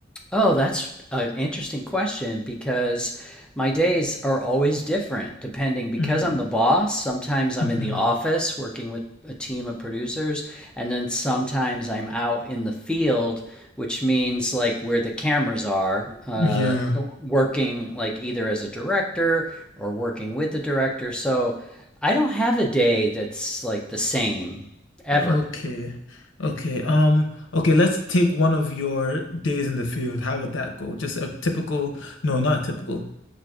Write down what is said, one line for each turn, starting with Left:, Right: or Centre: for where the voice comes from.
Centre: Oh, that's an interesting question because my days are always different depending because
Left: Mm,
Centre: I'm the boss. Sometimes I'm
Left: hmm
Centre: in the office working with a team of producers, and then sometimes I'm out in the field, which means like where the cameras are, uh,
Left: Yeah.
Centre: working like either as a director or working with the director. So I don't have a day that's like the same ever.
Left: Okay. Okay. Um, okay, let's take one of your days in the field. How would that go? Just a typical, no, not a typical.